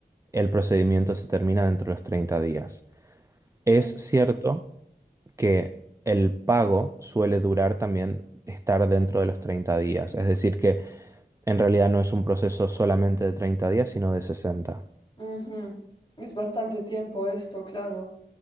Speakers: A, on the right (about 15°); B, on the left (about 30°).
A: el procedimiento se termina dentro de los 30 días. Es
B: Mm,
A: cierto que el pago suele durar también estar dentro de los 30 días. Es decir, que en realidad no es un proceso solamente de 30 días, sino de sesenta
B: ujú. Es bastante tiempo esto, claro.